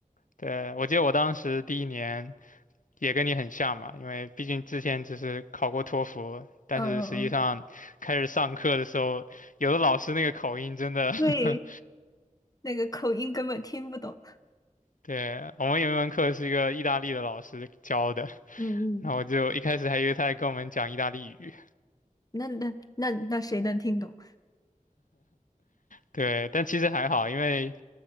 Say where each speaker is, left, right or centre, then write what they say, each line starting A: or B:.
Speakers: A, on the left (about 75°); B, on the left (about 25°).
A: 对，我记得我当时第一年也跟你很像嘛，因为毕竟之前只是考过托福，但是实际上开始上课的时候，
B: 嗯嗯嗯，
A: 有的老师那个口音真的
B: 对，
A: <laughs>
B: 那个口音根本听不懂。
A: 对，我们有一门课是一个意大利的老师教的，
B: 嗯嗯，
A: 然后我就一开始还以为他在跟我们讲意大利语，
B: 那那那那谁能听懂？
A: 对，但其实还好，因为